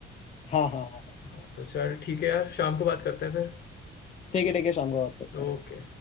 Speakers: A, on the left; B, on the left.
A: हाँ हाँ हाँ हाँ
B: हाँ तो चल ठीक है यार शाम को बात करते हैं फिर
A: ठीक है ठीक है शाम को बात करते हैं
B: ओके